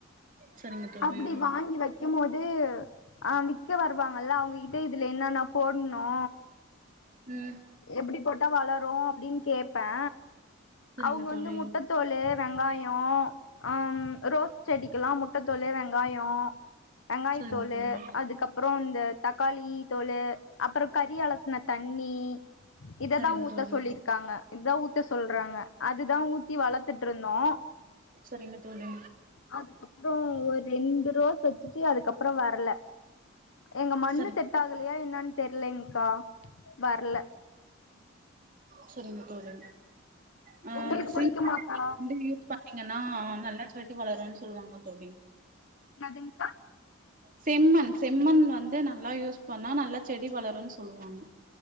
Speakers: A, on the right; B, on the left.
A: சரிங்க தோழி
B: அப்டி வாங்கி வைக்கும் போது இதுவு ஆஹ் வி்க்க வருவாங்கல்ல அவுங் இப்ப இதுல என்னன்னா போட்னோ
A: ம்
B: எப்புடி ப ட்டா வளரு அப்டின்னு கேப்பே
A: சரிங்க
B: அவுங்க
A: தோழி
B: வந்து முட்டத்தோலு வெங்காயோ ஆம் ரோஸ் செடிக்கெல்லா முட்டத்தோலு வெங்காயோ வெங்காயத்தோலு
A: சரிங்க தோழி
B: அதுக்கப்புறோ இந்த தக்காளி தோலு அப்பறோ கறி அளத்துன தண்ணி இததா
A: சரிங்க
B: ஊத்த
A: தோழி
B: சொல்லிருக்காங்க இதா ஊத்த சொல்றாங்க அதுதா ஊத்தி வளத் த்துட்ருந்தோ
A: சரிங்க தோழி
B: அதுக்கப்பற ஒ ரெண்டு ரோச இப்பயே அதுக்கப்ரோ வரல எங்க மண்ணு
A: சரி
B: செட்டாகலாயா என்னான் தெரியலங்க்கா வரல
A: சரிங்க தோழி அ
B: உங்களுக்கு
A: அந்த சில்
B: புடிக்குமாக்கா
A: இந்தலிவு பண்ணீங்கன்னா நல்ல செட் எப்டு வளருன் சொல்லுவாங்க தோழி
B: என்னாதுங்கா
A: செம்மண் செம்மண் வந்து நல்லா யூஸ் பண்ணா நல்லா செடி வளருன்னு சொல்லுவாங்க